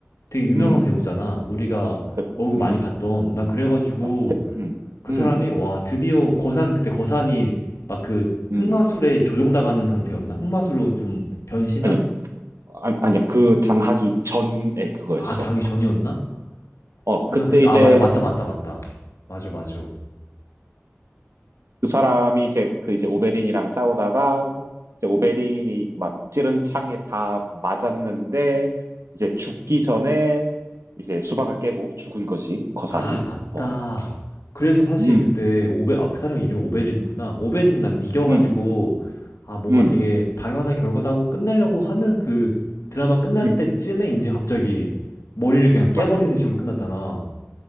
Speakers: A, on the left; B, on the right.
A: 되게 유명한
B: 음,
A: 배우잖아. 우리가
B: 그,
A: 얼굴
B: 음,
A: 많이 봤던 난 그래가지고
B: 맞, 태- 음,
A: 그
B: 음,
A: 사람이 와 드디어 거산 그때 거산이 막 그
B: 음.
A: 흑마술에 조종당하는 상태였나? 흑마술로 좀 변신한?
B: 아니, 아니, 아니야. 그 당하기 전에 그거였어.
A: 아, 당일 전이었나?
B: 어,
A: 그나
B: 그때
A: 그때
B: 이제.
A: 아 맞아 맞다 맞다 맞다 맞아
B: 음.
A: 맞아
B: 그 사람이 이제 그 이제 오베린이랑 싸우다가 이제 오베린이 막 찌른 창에 다 맞았는데 이제 죽기 전에 이제 수박을 깨고 죽은 거지 거산이.
A: 아 맞다
B: 어.
A: 그래서 사실
B: 음.
A: 그때 오베 아 그 사람 이름이
B: 음.
A: 오베린이구나 오베린이 난 이겨가지고
B: 음.
A: 아 뭔가
B: 음.
A: 되게 당연한 결과다고 끝내려고 하는 그 드라마 끝날
B: 음.
A: 때쯤에 이제 갑자기 머리를 그냥 깨버리는
B: 맞아.
A: 식으로 끝났잖아